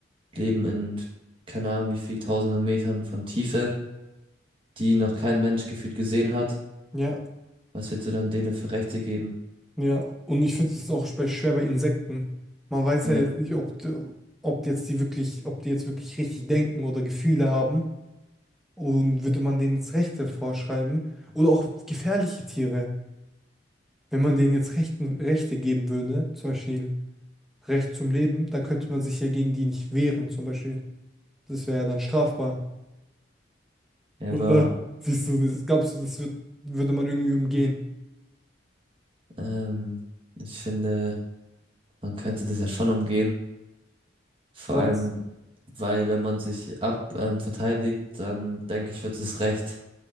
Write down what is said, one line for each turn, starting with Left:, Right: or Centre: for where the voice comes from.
Right: leben in keine Ahnung wie viel tausenden Metern von Tiefe, die noch kein Mensch gefühlt gesehen hat.
Centre: Ja.
Right: Was willst du dann denen für Rechte geben?
Centre: Ja, und ich finde es auch spe- schwer bei Insekten. Man weiß
Right: Ja.
Centre: ja jetzt nicht, ob, d- ob jetzt die wirklich, ob die jetzt wirklich richtig denken oder Gefühle haben. Und würde man denen jetzt Rechte vorschreiben? Oder auch gefährliche Tiere. Wenn man denen jetzt Rechten, Rechte geben würde, zum Beispiel Recht zum Leben, dann könnte man sich ja gegen die nicht wehren, zum Beispiel. Das wäre ja dann strafbar.
Right: Aber
Centre: Oder siehst du, das- glaubst du, das wird, würde man irgendwie umgehen?
Right: ähm, ich finde, man könnte das ja schon umgehen. Vor
Centre: Du sagst.
Right: allem, weil wenn man sich ab ähm, verteidigt, dann denke ich, wird es recht